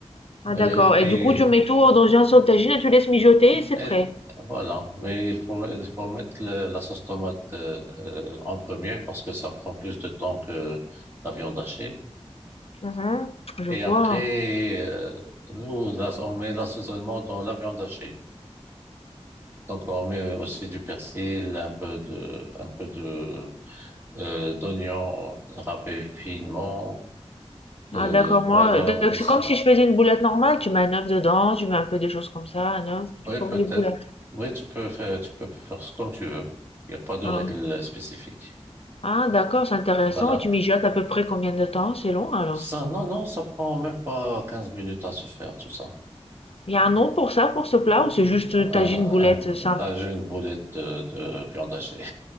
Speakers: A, on the left; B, on the right.
A: Ah, d'accord.
B: Euh,
A: Et
B: Et,
A: du coup, tu mets tout dans un saut tagine et tu laisses mijoter et c'est
B: et
A: prêt.
B: voilà. Mais il faut, il faut mettre le- la sauce tomate euh, euh, en premier parce que ça prend plus de temps que la viande hachée.
A: Mhm. Je
B: Et
A: vois.
B: après, euh, nous, la- on met l'assaisonnement dans la viande hachée. Donc, on met aussi du persil, un peu de, un peu de euh, d'oignons râpés finement. Euh,
A: Ah, d'accord, moi,
B: voilà
A: donc
B: aussi.
A: c'est comme si je faisais une boulette normale. Tu mets un œuf dedans, tu mets un peu des choses comme ça, un œuf, tu
B: Oui,
A: formes
B: peut-être.
A: les boulettes.
B: Oui, tu peux faire, tu peux faire ce comme tu veux. Il n'y a pas de
A: Ah,
B: règle spécifique.
A: Ah, d'accord, c'est intéressant.
B: Voilà.
A: Et tu mijotes à peu près combien de temps? C'est long alors?
B: Ça, non, non, ça prend même pas 15 minutes à se faire, tout ça.
A: Il y a un nom pour ça, pour ce plat, ou c'est juste euh,
B: Un,
A: tagine boulette euh,
B: un,
A: simple,
B: pas une boulette de, de viande hachée.